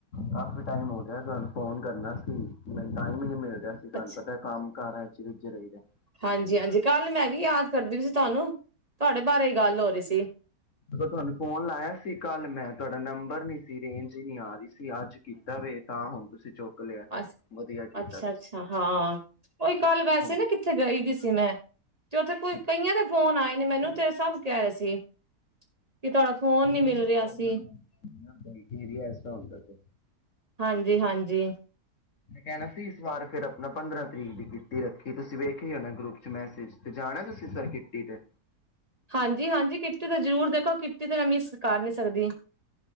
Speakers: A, on the left; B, on the right.
A: ਕਾਫੀ ਟਾਈਮ ਹੋ ਗਿਆ ਗ ਫੋਨ ਕਰਨਾ ਸੀ ਮੈ ਟਾਈਮ ਹੀ ਨੀ ਮਿਲ ਤੁਹਾਨੂੰ
B: ਅੱਛਾ
A: ਪਤਾ ਕੰਮ ਕਾਰ ਹੈ <unintelligible>
B: ਹਾਂਜੀ ਹਾਂਜੀ ਕੱਲ ਮੈਂ ਵੀ ਯਾਦ ਕਰਦੀ ਸੀ ਤੁਹਾਨੂੰ ਤੁਹਾਡੇ ਬਾਰੇ ਹੀ ਗੱਲ ਹੋ ਰਹੀ ਸੀ
A: ਤੁਹਾਨੂੰ, ਫੋਨ ਲਾਇਆ ਸੀ ਕੱਲ ਮੈਂ, ਤੁਹਾਡਾ ਨੰਬਰ ਨੀ ਸੀ, ਰੇਂਜ ਈ ਨੀਂ ਆ ਰਹੀ ਸੀ। ਅਸੀ, ਅੱਜ ਕੀਤਾ ਵੇ, ਤਾਂ, ਹੁਣ। ਤੁਸੀਂ ਚੁੱਕ ਲਿਆ।
B: ਅਸ,
A: ਵਧੀਆ ਕੀਤਾ
B: ਅੱਛਾ-ਅੱਛਾ
A: ਤੁਸੀਂ।
B: ਹਾਂ, ਉਹੀ ਕੱਲ ਵੈਸੇ
A: ਹੁਣ
B: ਨਾ, ਕਿੱਥੇ ਗਈ ਦੀ ਸੀ, ਮੈਂ ਤੇ, ਉੱਥੇ ਕੋਈ
A: ਅੱਛਾ,
B: ਕਈਆਂ ਦੇ ਫੋਨ ਆਏ। ਮੈਨੂੰ ਤੇ, ਸਭ ਕਹਿ ਰਹੇ ਸੀ। ਕਿ ਤੁਹਾਡਾ ਫੋਨ ਨੀ
A: ਰੇਂਜ
B: ਮਿਲ ਰਿਹਾ
A: ਪ੍ਰੌਬਲਮ
B: ਸੀ
A: ਹੋਂਦੀ ਏ ਨਾ, ਕੀ ਵੇਰੀ ਐਸਾ ਹੁੰਦਾ, ਫੇਰ।
B: ਹਾਂਜੀ- ਹਾਂਜੀ।
A: ਮੈਂ ਕਹਿਣਾ ਸੀ, ਇਸ ਵਾਰ ਫਿਰ ਆਪਣਾ ਪੰਦਰਾਂ ਤਰੀਕ ਦੀ ਕਿੱਟੀ ਰੱਖੀ ਤੁਸੀਂ ਵੇਖੇ ਹੋਣਾ ਗਰੁੱਪ ਚ ਮੈਸੇਜ ਤੇ। ਜਾਣਾ ਤੁਸੀਂ ਫੇਰ, ਕਿੱਟੀ ਤੇ?
B: ਹਾਂਜੀ-ਹਾਂਜੀ ਕਿੱਟੀ ਤੇ ਜ਼ਰੂਰ ਦੇਖੋ, ਕਿੱਟੀ ਤੇ, ਮੈਂ ਮਿੱਸ ਕਾਰ ਨਹੀ ਸਕਦੀ।